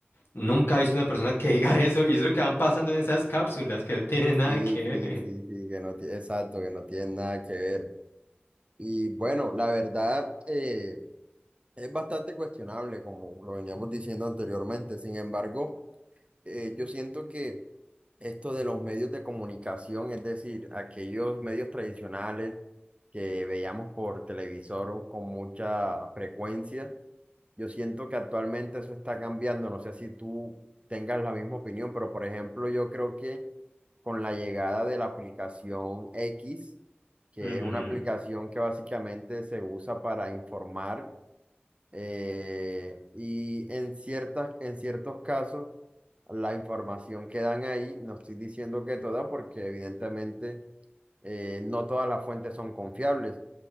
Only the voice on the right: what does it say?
Sí,
sí, sí, sí, que no tiene, exacto, que no tiene nada que ver. Y bueno, la verdad eh, es bastante cuestionable, como lo veníamos diciendo anteriormente. Sin embargo, eh, yo siento que esto de los medios de comunicación, es decir, aquellos medios tradicionales que veíamos por televisor con mucha frecuencia, yo siento que actualmente eso está cambiando. No sé si tú tengas la misma opinión, pero por ejemplo, yo creo que con la llegada de la aplicación X, que
es una aplicación que básicamente se usa para informar eh, y en ciertas, en ciertos casos la información que dan ahí, no estoy diciendo que toda, porque evidentemente eh, no todas las fuentes son confiables.